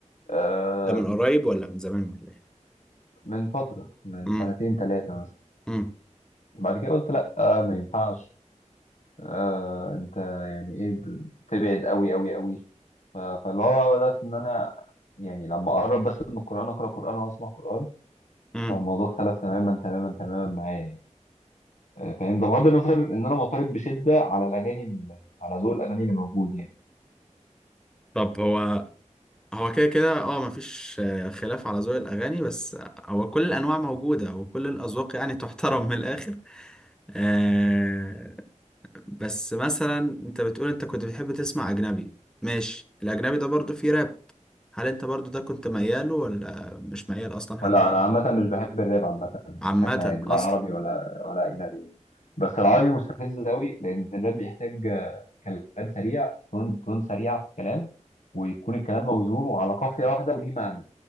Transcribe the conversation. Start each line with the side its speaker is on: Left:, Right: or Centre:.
Left: آه
Centre: ده من قريب ولا من زمان ولا ايه
Left: من فتره من
Centre: امم
Left: سنتين ثلاثه مثلا
Centre: امم
Left: بعد كده قلت لا آه ما ينفعش آه انت يعني ايه ب- بتبعد قوي قوي قوي ف- فاللي هو بدات ان انا يعني لما اقرب بس من القران اقرا قران واسمع قران
Centre: امم
Left: فالموضوع اختلف تماما تماما تماما معايا يعني آه، فاهم ده بغض النظر ان انا معترض بشده على الاغاني ال- على ذوق الاغاني اللي موجود يعني
Centre: طب هو هو كده كده اه مفيش آه، خلاف على ذوق الاغاني بس آه، هو كل الانواع موجوده وكل الاذواق يعني <laughs> تحترم من الاخر آه بس مثلا انت بتقول انت كنت بتحب تسمع اجنبي ماشي الاجنبي ده برضو فيه راب هل انت برضو ده كنت مياله ولا مش ميال اصلا حتى
Left: لا
Centre: لده؟
Left: انا عامه مش بحب الراب عامه بشكل
Centre: عامه
Left: عام لا
Centre: اصلا
Left: عربي ولا ولا اجنبي بس العربي مستفز قوي لان الراب بيحتاج آه، كلام سريع تون تون سريع في الكلام ويكون الكلام موزون وعلى قافيه واحده وليه معنى